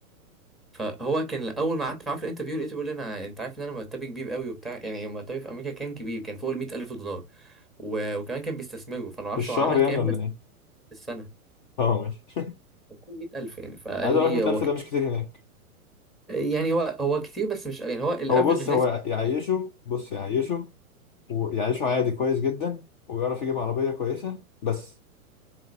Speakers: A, in the centre; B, on the left.
A: فهو كان اول ما قعدت معاه في الانترفيو لقيته بيقول لي انا انت عارف ان انا مرتبي كبير قوي وبتاع يعني مرتبي في امريكا كان كبير كان فوق ال 100000 دولار و... وكمان كان بيستثمره فانا ما اعرفش
B: في الشهر
A: هو عمل
B: يعني
A: كام
B: ولا
A: بس في
B: ايه
A: السنه
B: اه ماشي
A: كان فوق 100000 يعني فقال
B: عايز
A: لي
B: اقول لك
A: هو
B: 100000
A: كان
B: ده مش كتير هناك
A: يعني هو هو كتير بس مش يعني هو الافرج
B: هو بص
A: هناك
B: هو
A: 60
B: يعيشه
A: 70
B: بص يعيشه ويعيشه عادي كويس جدا ويعرف يجيب عربية كويسة بس